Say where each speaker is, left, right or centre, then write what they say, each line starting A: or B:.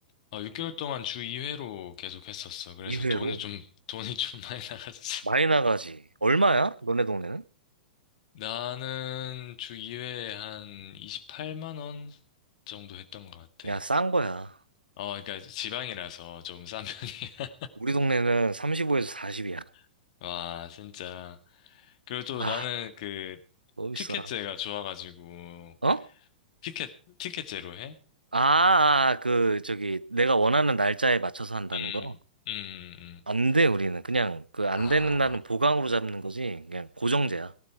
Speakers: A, on the left (about 50°); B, on the right (about 85°).
A: 아, 6개월 동안 주 2회로 계속 했었어. 그래서
B: 2회로?
A: 돈이 좀 돈이 좀 <laughs> 많이 나갔어.
B: 많이 나가지. 얼마야? 너네 동네는?
A: 나는 주 2회에 한 28만 원 정도 했던 것 같아.
B: 야, 싼 거야.
A: 어, 그러니까 지방이라서 좀 싼 편이야.
B: 우리 동네는 35에서 40이야.
A: <laughs> 와, 진짜. 그리고 또
B: 아,
A: 나는 그
B: 너무 비싸.
A: 티켓제가 좋아가지고
B: 어?
A: 티켓 티켓제로 해?
B: 아, 아, 그, 저기, 내가 원하는 날짜에 맞춰서 한다는
A: 음,
B: 거?
A: 음, 음.
B: 안 돼, 우리는. 그냥, 그, 안
A: 아.
B: 되는 날은 보강으로 잡는 거지. 그냥 고정제야.